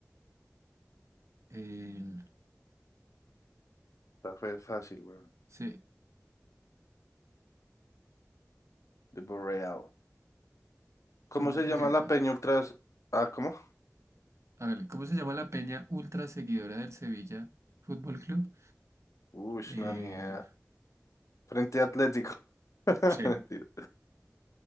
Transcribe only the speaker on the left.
Está fe- fácil, güey.
The Boreal. ¿Cómo
se
llama
la peña ultras? Ah, ¿cómo?
Uy,
no, ni idea. Frente Atlético. <laughs>
Mentira.